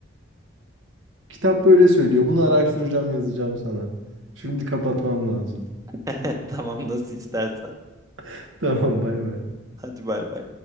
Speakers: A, on the right; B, on the right.
A: Kitap böyle söylüyor. Bunu araştıracağım, yazacağım sana. Şimdi kapatmam lazım.
B: <laughs> Tamam nasıl istersen.
A: <laughs> Tamam, bay bay.
B: Hadi bay bay.